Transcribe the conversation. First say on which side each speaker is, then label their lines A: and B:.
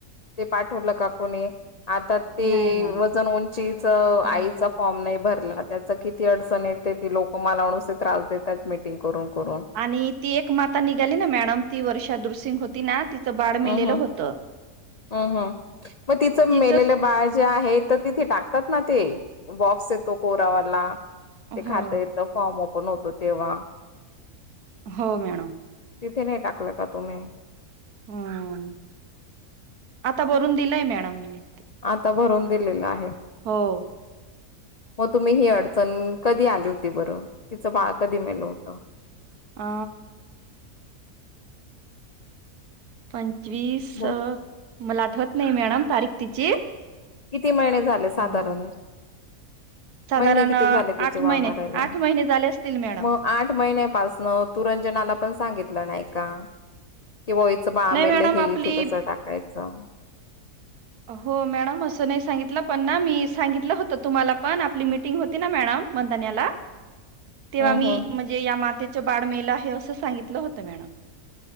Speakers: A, on the left (about 80°); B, on the right (about 80°).
A: ते पाठवलं का कोणी, आता ते
B: नाही मॅडम
A: वजन उंचीच आईचा
B: बरोबर.
A: फॉर्म नाही भरला, त्याच किती अडचण येते ती लोक मला नुसेत राहते त्यात मीटिंग करून. करून
B: आणि ती एक माता निघाली ना मॅडम ती वर्षा दुरसिंग होती ना! तिचं बाळ
A: हम्म
B: मेलेलं होत.
A: हम्म हम् मग तिचं
B: तिचंच
A: मेलेलं बाळ जे आहे तर तिथे टाकतात ना? ते बॉक्स येतो कोरावाला ते
B: हो
A: खात येत फॉर्म ओपन होत, तो तेव्हा,
B: हो मॅडम!
A: तिथे नाही टाकले का तुम्ही,
B: हम् आता बरून दिलंय मॅडम मीने
A: आता भरून दिलेला आहे.
B: हो!
A: मग तुम्ही ही अडचण कधी आली होती बरं तिचं बाळ कधी मेल होतं.
B: अ? पंचवीस
A: बोल.
B: मला आठवत नाही मॅडम तारीख तिची
A: किती महिने झाले
B: हम्म
A: साधारण.
B: साधारण
A: महिने किती
B: आठ
A: झाले तिचे बाळ
B: महिने
A: मारायला?
B: आठ महिने झाले असतील मॅडम
A: मग आठ महिन्यापासन तु रंजनाला पण सांगितलं नाही का? की बा हीच बाळ
B: नाही
A: मेलं
B: मॅडम
A: हे
B: आपली
A: इथे कसं टाकायचं?
B: हो मॅडम असं नाही सांगितलं पण ना मी सांगितलं होत तुम्हाला पण आपली मिटिंग होती ना मॅडम. मंदन्याला
A: <inaudible>
B: तेव्हा
A: हम्म
B: मी
A: हम्म
B: म्हणजे या मातेच बाळ मेल आहे असं सांगितलं होतं मॅडम.